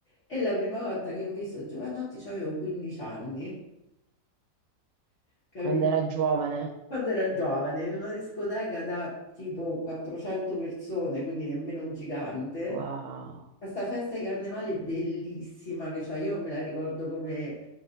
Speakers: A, on the left; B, on the right.
A: E la prima volta che ho visto Giovanotti avevo 15 anni, capito?
B: quando era giovane,
A: Quando era giovane, in una discoteca da tipo 400 persone, quindi nemmeno gigante.
B: wow.
A: Questa festa di carnevale è bellissima che c'è, io me la ricordo come...